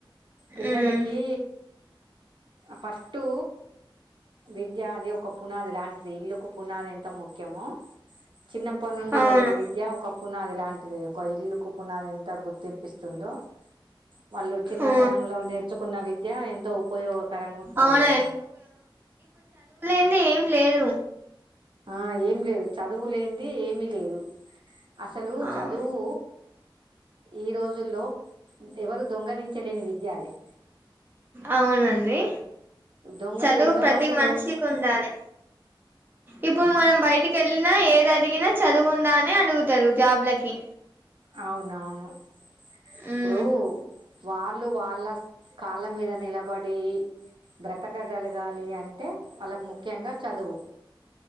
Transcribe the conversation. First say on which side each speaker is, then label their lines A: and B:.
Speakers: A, on the right (about 65°); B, on the right (about 25°).
A: పిల్లలకి
B: ఉమ్,
A: ఫస్ట్టు విద్య అది ఒక పునాది లాంటిది ఇల్లుకు పునాది ఎంత ముఖ్యమొ చిన్నప్పటి నుండి
B: అవును
A: వాళ్ళకి విద్య ఒక పునాది ఇలాంటిది ఒక ఇల్లు కు పునాది ఎంత గుర్తింపిస్తుందో వాళ్ళు చిన్న
B: ఆ,
A: తనంలో నేర్చుకున్న విద్య ఎంతో ఉపయోగకరంగా ఉంటది
B: అవును
A: కదా
B: ంది ఏం లేదు
A: ఆ ఏమి లేదు చదువు లేంది ఏమిీ లేదు అసలు
B: అవు-
A: చదువు ఈ రోజుల్లో ఎవరు దొంగలించలేని విద్య అదిి
B: అవునండి
A: దొంగలు
B: చదువు
A: ఎన్నో
B: ప్రతి
A: వస్తువులు
B: మనిషికి
A: దొంగ
B: ఉండాలి ఇప్పుడు మనం బయటికేళ్ళినా ఏది అడిగినా చదువుందా అని అడుగుతారు జాబ్లకి
A: అవునవును ఇప్పుడు
B: ఉమ్,
A: వాళ్ళు వాళ్ళ కాళ్ళ మీద నిలబడి బ్రతకగలగాలి అంటే వాళ్ళకు ముఖ్యంగా చదువు